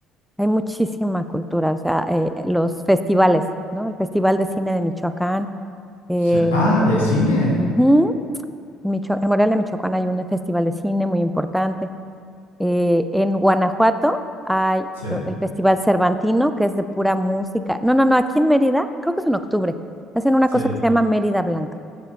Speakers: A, in the centre; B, on the left.
A: Hay muchísima cultura, o sea, eh, los festivales, ¿no? El Festival de Cine de Michoacán. eh,
B: Sí. Ah, ¿de cine?
A: ujú, Micho- en Morelia, Michoacán hay un festival de cine muy importante. Eh, en Guanajuato hay
B: Sí.
A: eh, el Festival Cervantino, que es de pura música. No, no, no, aquí en Mérida, creo que es en octubre, hacen una
B: Sí.
A: cosa que se llama Mérida Blanca.